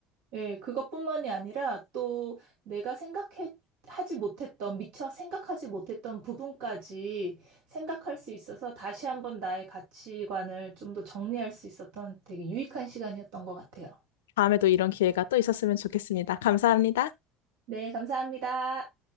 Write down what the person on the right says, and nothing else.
예, 그것뿐만이 아니라 또 내가 생각해 하지 못했던, 미처 생각하지 못했던 부분까지 생각할 수 있어서 다시 한번 나의 가치관을 좀 더 정리할 수 있었던 되게 유익한 시간이었던 것 같아요.
네, 감사합니다.